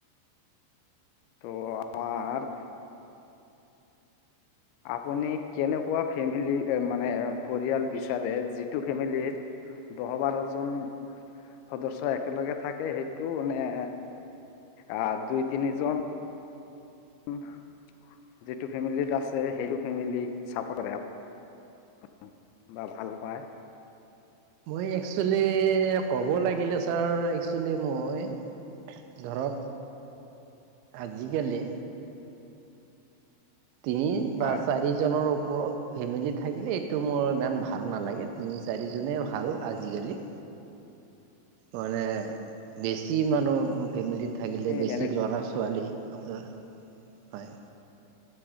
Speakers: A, on the left; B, on the right.
A: ত আ মাৰ আপুনি কেনেকুৱা ফেমিলি এ মানে পৰিয়াল বিচাৰে যিটো ফেমিলিত দহ বাৰ জন সদস্য একেলগে থাকে সেইটো নে আ দুই তিনিজন উম যিটো ফেমিলিত আছে সেইটো ফেমিলিক চাপৰ্ট কৰে আ অ বা ভাল পায়।
B: মই একচলি ক'ব লাগিলে ছাৰ একচুৱেলি মই ধৰক আজিকালি তিনি বা
A: হয়
B: চাৰিজনৰ ওপৰত ফেমিলি থাকিলে এইটো মোৰ ইমান ভাল নালাগে তিনি চাৰিজনে ভাল আজিকালি মানে বেছি মানুহ ফেমিলিত উ থাকিলে
A: এই
B: বেছি
A: এনে
B: ল'ৰাছ ছোৱালী অঁ, হয়।